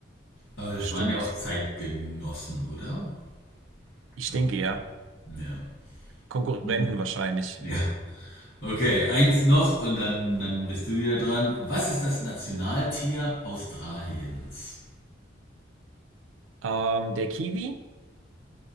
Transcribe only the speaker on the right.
Stimmt.
Ich
denke ja.
Konkurrenten
wahrscheinlich.
Ähm, der Kiwi,